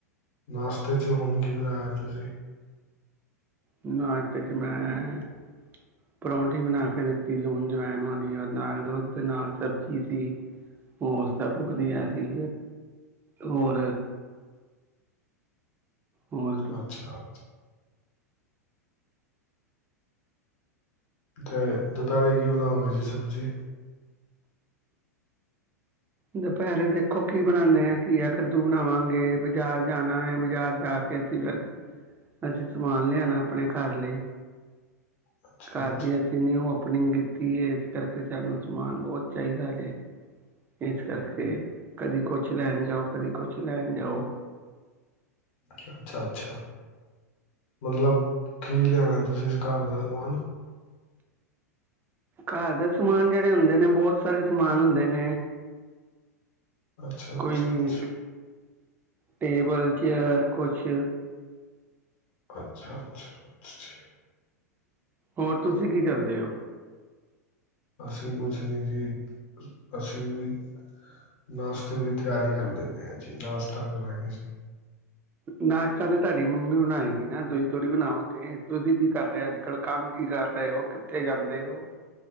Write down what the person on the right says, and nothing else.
ਨਾਸ਼ਤੇ ਚ ਮੈਂ ਪਰੌਂਠੀ ਬਣਾ ਕੇ ਦਿੱਤੀ ਲੂਣ ਜਵੈਣ ਵਾਲੀ ਔਰ ਨਾਲ ਦੁੱਧ ਤੇ ਨਾਲ ਸਬਜ਼ੀ ਸੀ ਹੋਰ ਸਭ ਵਧੀਆ ਸੀ ਹੋਰ ਹੋਰ
ਦੁਪਹਿਰੇ ਦੇਖੋ ਕੀ ਬਣਾਉਦੇ ਆ ਘੀਆ ਕੱਦੂ ਬਣਾਵਾਂਗੇ ਬਾਜ਼ਾਰ ਜਾਣਾ ਹੈ ਬਜ਼ਾਰ ਜਾ ਕੇ ਅਸੀਂ ਫਿਰ ਅਸੀਂ ਸਮਾਨ ਲਿਆਣਾ ਆਪਣੇ ਘਰ ਲਈ
ਘਰ
ਦੀ ਅਸੀਂ ਨਿਉ ਅਪ ਓਪਨਿੰਗ ਕੀਤੀ ਹੈ ਇਸ ਕਰਕੇ ਸਾਨੂੰ ਸਮਾਨ ਬਹੁਤ ਚਾਹੀਦਾ ਹੈ ਹਜੇ ਇਸ ਕਰਕੇ ਕਦੀ ਕੁਛ ਲੈਣ ਜਾਓ ਕਦੀ ਕੁਛ ਲੈਣ ਜਾਓ
ਘਰ ਦੇ ਸਮਾਨ ਜਿਹੜੇ ਹੁੰਦੇ ਨੇ ਬਹੁਤ ਸਾਰੇ ਸਮਾਨ ਹੁੰਦੇ ਨੇ
ਕੋਈ
ਟੇਬਲ ਚੇਅਰ ਕੁਛ
ਹੋਰ ਤੁਸੀਂ ਕੀ ਕਰਦੇ ਹੋ
ਨਾਸ਼ਤਾ ਤਾਂ ਤੁਹਾਡੀ ਮੰਮੀ ਬਣਾਏਗੀ ਨਾ ਤੁਸੀਂ ਥੋੜੀ ਬਣਾਓਗੇ ਤੁਸੀਂ ਕੀ ਕਰ ਰਹੇ ਹੋ ਅੱਜ ਕੱਲ੍ਹ ਕੰਮ ਕੀ ਕਰ ਰਹੇ ਹੋ ਕਿੱਥੇ ਕਰ ਆਦੇ ਉਹ,